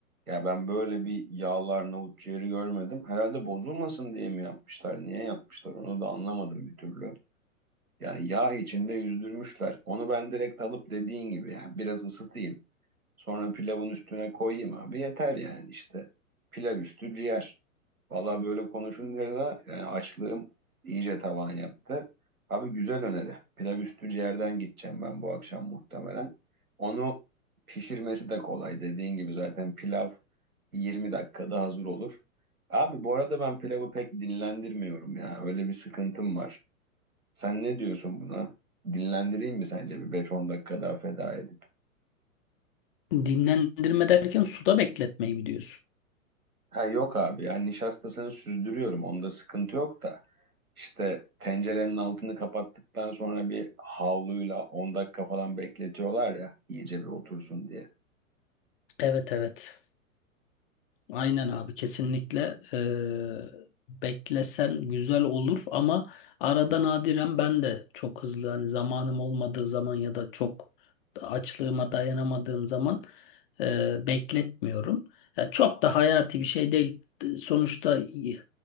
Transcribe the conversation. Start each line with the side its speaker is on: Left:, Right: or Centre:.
Right: Ya ben böyle bir yağlı Arnavut ciğeri görmedim. Herhalde bozulmasın diye mi yapmışlar? Niye yapmışlar? Onu da anlamadım bir türlü. Yani yağ içinde yüzdürmüşler. Onu ben direkt alıp dediğin gibi yani biraz ısıtayım. Sonra pilavın üstüne koyayım abi yeter yani işte. Pilav üstü ciğer. Valla böyle konuşunca da yani açlığım iyice tavan yaptı. Abi güzel öneri. Pilav üstü ciğerden gideceğim ben bu akşam muhtemelen. Onu pişirmesi de kolay. Dediğin gibi zaten pilav 20 dakikada hazır olur. Abi bu arada ben pilavı pek dinlendirmiyorum ya. Öyle bir sıkıntım var. Sen ne diyorsun buna? Dinlendireyim mi sence bir beş on dakika daha feda edip?
Left: Dinlendirme derken suda bekletmeyi mi diyorsun?
Right: Ha yok abi yani nişastasını süzdürüyorum onda sıkıntı yok da işte tencerenin altını kapattıktan sonra bir havluyla 10 dakika falan bekletiyorlar ya iyice bir otursun diye.
Left: Evet evet. Aynen abi kesinlikle eee, beklesen güzel olur ama arada nadiren ben de çok hızlı hani zamanım olmadığı zaman ya da çok açlığıma dayanamadığım zaman eee, bekletmiyorum. Ya çok da hayati bir şey değil. Sonuçta y-